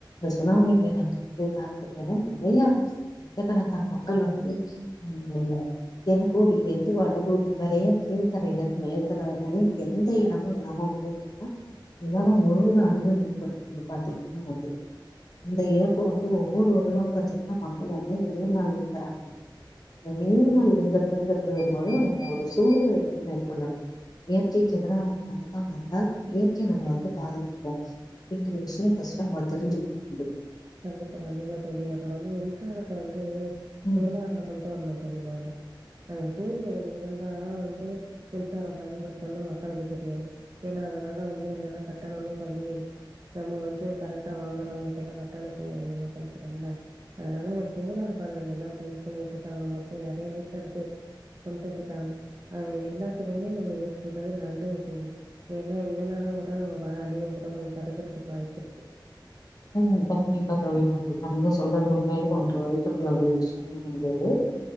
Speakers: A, on the left; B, on the right.
A: சுனாமி பேரணி <inaudible> நறைய லட்சக்கணக்கான மக்கள் வந்து அ தென்கோடியிலந்து வடகோடி வரையன் கீழ்கறையில இருந்து மேற்கரை வரன்னு எந்த எடமும் இல்லாம போ உலகம் முழுவதும் அழிவ ஏற்படுத்துனது பாத்தீங்கன்னா வந்து இந்த இழப்பு வந்து ஒவ்வொரு வருடம் பாத்தீங்கன்னா மக்கள் வந்து நனைவு நாள் இந்துறாங்க இந்த நினைவுங்கள் இருந்ததுங்கிறது ம நம்ம ஒரு சூழ்நிறை வந்து மேற்கொள்ளணும் இயற்கைக்கு எதிர நம்ம நடக்காம இருந்த இயற்கை நம்மளை வந்து பாதுகாக்கும் அப்படிங்கிற விஷயம் ஃபஸ்ட்டு அவங்க தெரிஞ்சுக்கணும்
B: கண்டிப்பா கண்டிப்பா தோழி அப்புறம் வந்து மின்சாரத்த வந்து
A: ம்
B: சோலார்ல கொண்டு வரணும் தோழி முதல்ல அந்த சூரிய ஒளி இருந்தா வந்து மின்சாரம் பயன்படுத்தனும் மக்களுக்கு தெரியணும் எனா அதனால வந்து கட்டணமும் கம்மி நம்ம வந்து கரண்ட் வாங்குறவங்க பேர்ல கட் டணதையு அதிகமா செலுதுரோல அதனால சோலார் பேனல் எல்லா இப்ப யூஸ் பண்ணிட்டுருக்காங்க மோஸ்ட்லி நறைய வீட்டு்ல இருக்கு கொண்டு வந்துட்டாங்க அது எல்லாத்துக்குமே நம்ம யூஸ் பண்றது நல்லது தோழி ஏனா இதனால கூட நம்ம வர அழிவ கூட கொஞ்சோ தடுக்கறதுக்கு வாய்ப்பு இருக்கு
A: ம் கண்டிப்பா தோழி கண்டிப்பா நீங்க சொல்றது உண்மையாலுமே எத்துக்குடியவிஷய ஒய்ந்தது